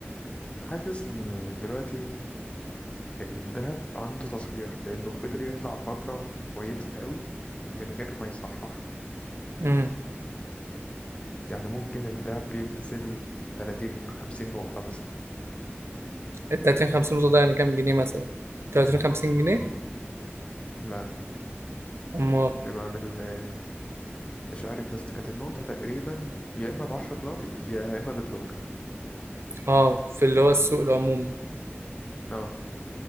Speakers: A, on the left; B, on the right.
A: حاسس ان دلوقتي الدهب عنده تصحيح لانه فضل يطلع فترة كويسة قوي من غير ما يصحح
B: امم
A: يعني ممكن الدهب بينزل 30 50 نقطة مثلا
B: ال 30 50 نقطة ده يعني كام جنيه مثلا؟ 30 50 جنيه؟
A: لا
B: أما
A: تبقى بال مش عارف يا اسطى كانت النقطة تقريبا يا اما ب 10 دولار يا اما بدولار
B: آه في اللي هو السوق العمومي
A: اه